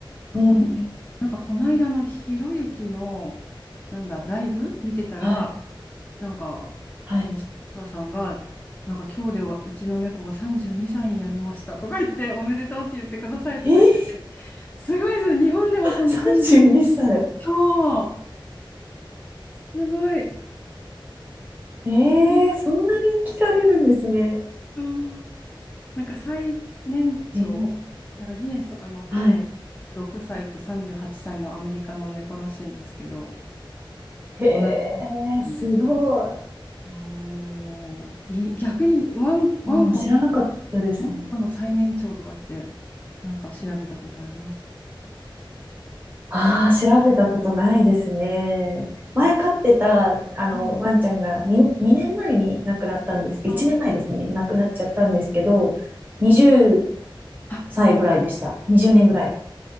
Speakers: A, on the right; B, on the left.
A: うん。
B: この、なんかこの間のひろゆきの、なんだ、ライブ見てたら、
A: はい、
B: なんか、
A: はい。
B: その視聴者さんが、なんか今日ではうちの猫が32歳にさいになりましたとか言って、おめでとうって言ってくださいとか言ってて、
A: ええ、
B: すごいですね。日本でもその32、
A: 32歳。
B: そう、すごい。
A: ええ、
B: みんなびっくりしてて。
A: そんなに生きられるんですね。
B: そう。なんか最年長、
A: ええ、
B: なんかギネスとか載ってるの、
A: はい。
B: 36歳と38歳のアメリカの猫らしいんですけど、
A: へえ、
B: 同じな
A: すごい。
B: んで。おー、いい逆にワン、ワンコって
A: ああ、知らなかったですね。
B: うんコの最年長とかって、なんか調べたことあります。
A: ああ、調べたことないですね。前飼ってた、
B: うん
A: あの、
B: うん
A: ワンちゃんがに2、年前に亡くなったんです。1年前ですね。
B: あ
A: 亡くなっちゃったんですけど、20歳ぐらいでした。
B: あ、
A: 20年ぐらい。
B: あす